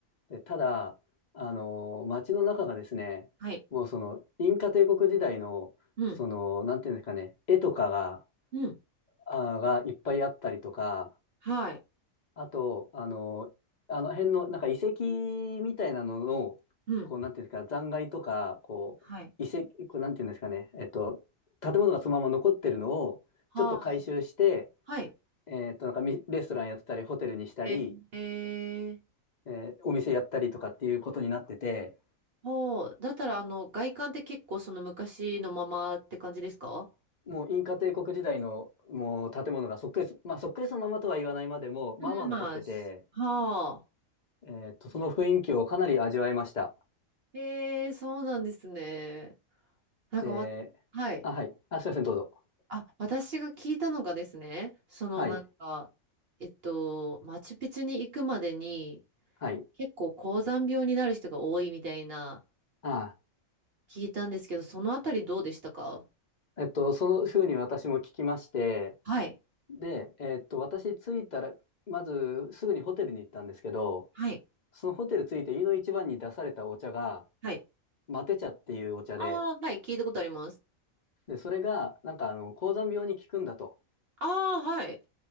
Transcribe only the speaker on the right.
はい。
うん。
うん。
はい。
うん。
はい。
はあ。
はい。
えー、えー
ほう。だったら、あの、外観って結構その昔のままって感じですか
うん、まあ、しはあ。
へえ、そうなんですね。なんかわ、
はい。
あ、私が聞いたのがですね、そのなんか、
えっと、マチュピチュに行くまでに
結構高山病になる人が多いみたいな
聞いたんですけど、そのあたりどうでしたか
はい。
はい。
はい。
ああ、はい。聞いたことあります。
ああ、はい。